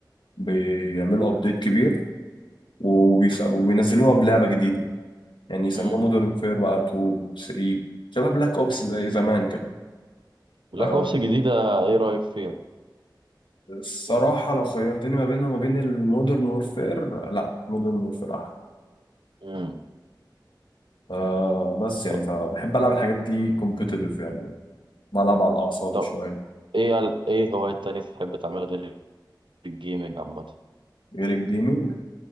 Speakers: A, on the left (about 85°); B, on the right (about 90°).
A: بيعملوا ابديت كبير وبيس... وبينزلوها بلعبة جديدة يعني يسموها
B: امم
A: مودرن فير بقى 2 3 شبه بلاك اوبس زي زمان كده
B: بلاك
A: آه،
B: اوبس الجديده ايه رايك فيها
A: الصراحة لو خيرتني ما بينها وما بين المودرن وورفير لا مودرن وورفير أحلى
B: امم
A: آه بس يعني
B: طب
A: فبحب ألعب الحاجات دي كومبيتيتيف يعني بلعب على الأعصاب
B: طب
A: شوية
B: ايه ال- ايه هوايات تانية تحب تعمل غير الجيمنج عامه
A: غير الجيمنج